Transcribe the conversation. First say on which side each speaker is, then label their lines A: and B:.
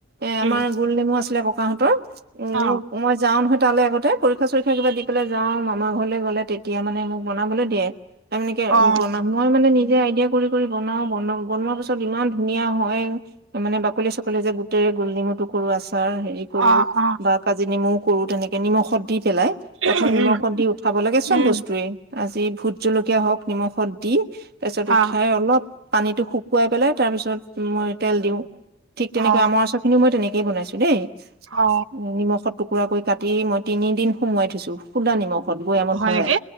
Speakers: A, on the right; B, on the right.
A: এ
B: উম
A: আমাৰ গোল নেমু আছিলে ককাহঁতৰ উম
B: অ
A: মোক মই যাওঁ নহ তালে আগতে পৰীক্ষা চৰীক্ষা কিবা দি পেলাই যাও মামা ঘৰলৈ গ'লে তেতিয়া মানে মোক বনাবলৈ দিয়ে ত মেকে
B: অ
A: বনাম মই মানে নি আইিয়া কৰি বনাও ব বনোৱা পিছত ইমান ধুনীয়া হয় মানে বাকলি চাকলি যে গোটতেৰে গোল নমু টো কৰো আছে াৰ হেৰি কৰো
B: অ অ
A: বা কাজি নিমুখ কৰো তেনেকে নিমখত দি পেলাই
B: উম
A: প্ৰথম নিমখত দি উঠাব লাগে চম
B: উম
A: বস্তুৱয়ে আজি ভোট জলকীয়া হওক নিমখত দি তাৰপিছত
B: অ
A: উঠাই অলপ পানীটো শুকুৱাই পেলাই তাৰ পিছত মই তেল দিওঁ ঠিক তেনেক
B: অ
A: আমাৰ আচ খি মই তেনে েই বনাইছো দেই
B: অ
A: উ নিমখত টুকুৰা কৰি কাটি মই তিনিদিন সোমোৱাই থৈছো খুলা নিমখ সত গৈ আমত
B: হয়
A: ভৰাই
B: নেকি